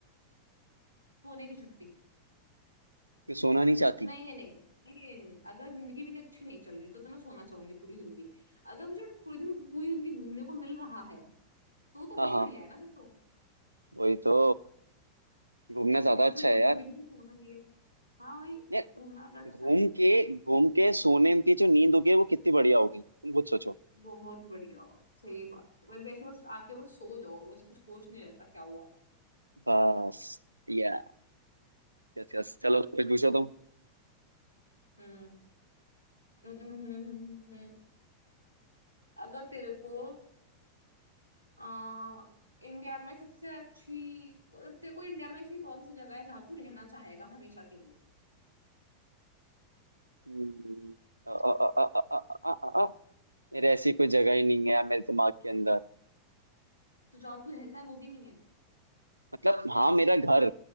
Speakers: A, on the left (about 85°); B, on the right (about 80°).
A: सोने की छुट्टी
B: कि सोना नहीं चाहती
A: नहीं नहीं नहीं नहीं नहीं नहीं, नहीं। अगर जिंदगी मेरी अच्छी नहीं चल रही तो तो मैं सोना चाहूंगी पूरी जिंदगी अगर मुझे पूरी दिन पूरी जिंदगी घूमने को मिल रहा है तो तो वही
B: हाँ
A: बढ़िया
B: हाँ
A: है ना फिर तो
B: वही तो घूमना
A: हम्म
B: ज्यादा
A: फिर
B: अच्छा
A: थकूंगी
B: है यार
A: भी फिर सोना भी है हाँ भाई
B: यार
A: घूमना तो अच्छा
B: घूम
A: है
B: के घूम के सोने की जो नींद होगी वो कितनी बढ़िया होगी तुम खुद सोचो
A: बहुत बढ़िया सही बात है भाई वैसे बस आके बस सो जाओ बस कुछ होश नहीं रहता क्या हुआ
B: बस या यस यस चलो फिर पूछो तुम
A: हाँ हम्म, हम्म, हम्म, हम्म, हम्म। अगर तेरे को आ, इंडिया में सबसे अच्छी मतलब तेरे को इंडिया में ऐसी कौन सी जगह है जहाँ तू रहना चाहेगा हमेशा के लिए
B: हम्म, अ, अ, अ, अ, अ, अ, अ, अ, अ, मेरे ऐसी कोई जगह ही नहीं है यार मेरे दिमाग के अंदर
A: तो जहाँ तू रहता है वो भी नहीं है
B: मतलब हाँ मेरा घर